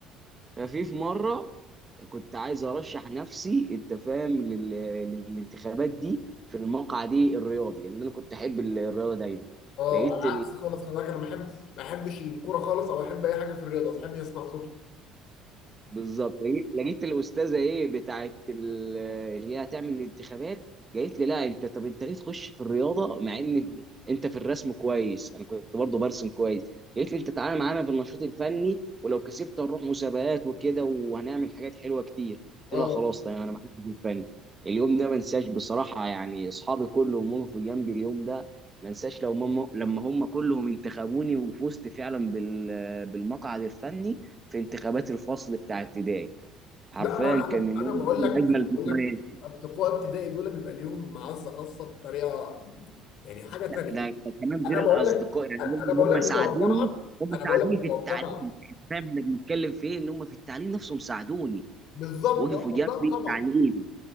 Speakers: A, on the right (about 20°); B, on the left (about 60°).
A: ففي في مره كنت عايز ارشح نفسي انت فاهم لل- للانتخابات دي في المقعد دي الرياضي لان انا كنت احب ال- الرياضه دايما
B: اه
A: لقيت
B: على عكس خالص خلي بالك انا ما بحب ما بحبش الكوره خالص او احب اي حاجه في الرياضه ما بحبش اسمع صوته
A: بالظبط لقيت لقيت الاستاذه ايه بتاعت ال- اللي هي هتعمل الانتخابات قالت لي لا انت طب انت ليه تخش في الرياضه مع ان انت في الرسم كويس انا كنت برضه برسم كويس قالت لي انت تعالى معانا في النشاط الفني ولو كسبت هنروح مسابقات وكده وهنعمل حاجات حلوه كتير
B: اه
A: قلت لها خلاص تمام انا معاك في الفن اليوم ده ما انساش بصراحه يعني اصحابي كلهم وقفوا في جنبي اليوم ده ما انساش لو ماما لما هم كلهم انتخبوني وفزت فعلا بال- بالمقعد الفني في انتخابات الفصل بتاع ابتدائي حرفيا
B: لا ما انا
A: كان
B: انا
A: اليوم
B: أنا بقول
A: ده من
B: لك انا
A: اجمل الذكريات
B: بقول لك اصدقاء ابتدائي دول بيبقى ليهم معزه خاصه بطريقه يعني حاجه تانيه
A: لا ده ده كمان
B: انا
A: غير الاصدقاء
B: بقول لك
A: يعني
B: انا
A: هم
B: بقول
A: هم
B: لك
A: ساعدوني
B: بتوع الجامعه
A: هم
B: انا
A: ساعدوني
B: بقول لك بتوع
A: في التعليم
B: الجامعه
A: يعني أنت فاهم احنا بنتكلم في ايه ان هم في التعليم نفسهم ساعدوني
B: بالظبط
A: وقفوا
B: اه
A: جنبي
B: لا طبعا
A: التعليم